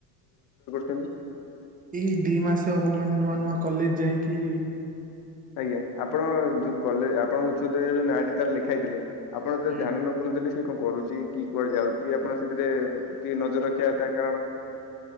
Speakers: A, on the left; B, on the right.
A: <unintelligible> <unintelligible>
B: ଏଇ ଦି ମାସେ ହବ ମାନେ ନୂଆ ନୂଆ କଲେଜ୍ ଯାଇଁକି
A: ଆଜ୍ଞା। ଆପଣ ଯୋଉ କଲେ ଆପଣ ଉଚ୍ଚ ବିଦ୍ୟାଳୟ ରେ ଯୋଉ ନାଁଟି ତାର ଲେଖାଇଥିଲେ ଆପଣ ତ
B: ଆଜ୍ଞା
A: ଧ୍ୟାନର ଖୁନଥିଲେ ସିଏ କଣ କରୁଚି କି କୁଆଡେ ଯାଉଚି ଆପଣ ସେଥିରେ ଟିକେ ନଜର ରଖିବା କଥା। କାରଣ